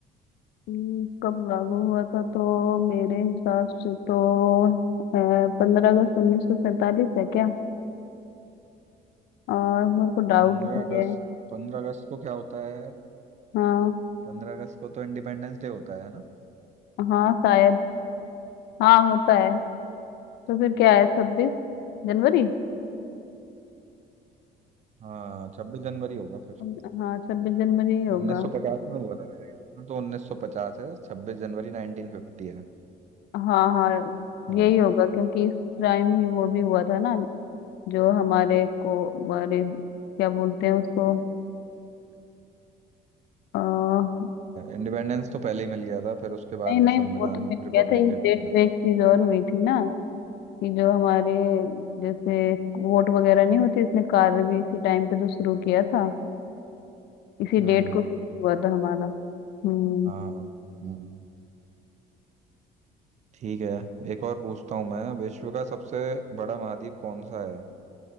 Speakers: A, on the left; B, on the right.
A: हम्म, कब लागू हुआ था तो मेरे हिसाब से तो पंद्रह अगस्त उन्नीस सौ सैतालीस है क्या और मेरे को डाउट
B: पंद्रह
A: भी
B: अगस्त
A: है
B: पंद्रह अगस्त को क्या होता है
A: हाँ
B: पंद्रह अगस्त को तो इंडिपेंडेंस डे होता है ना
A: हाँ शायद हाँ होता है तो फिर क्या है छब्बीस जनवरी
B: हाँ छब्बीस जनवरी होगा फिर
A: उन- हाँ छब्बीस जनवरी ही होगा
B: उन्नीस सौ पचास में हुआ था मेरे यहाँ तो उन्नीस सौ पचास है छब्बीस जनवरी नाइनटीन फिफ्टी है
A: हाँ हाँ
B: हाँ
A: यही होगा क्योंकि इस टाइम ही वो भी हुआ था ना जो हमारे को हमारे क्या बोलते हैं उसको आ, नहीं
B: इंडिपेंडेंस तो पहले ही मिल गया था फिर उसके बाद
A: नहीं
B: संविधान
A: वो तो मिल
B: रिपब्लिक
A: गया था इस
B: डे
A: डेट
B: पे बना था
A: पे एक चीज और हुई थी ना कि जो हमारे जैसे वोट वगैरह नहीं होती इसने कार्य भी इसी टाइम पे तो शुरू किया था इसी
B: हम्म
A: डेट
B: हम्म,
A: को फिक्स हुआ था हमारा हम्म
B: हाँ हम्म ठीक है एक और पूछता हूँ मैं विश्व का सबसे बड़ा महाद्वीप कौन सा है